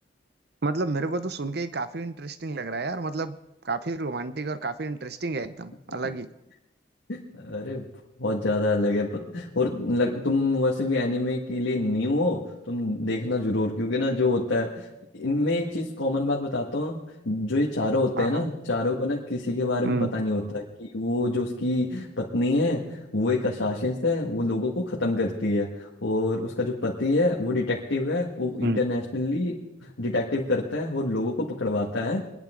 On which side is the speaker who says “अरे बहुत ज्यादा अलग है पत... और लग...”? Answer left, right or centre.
Left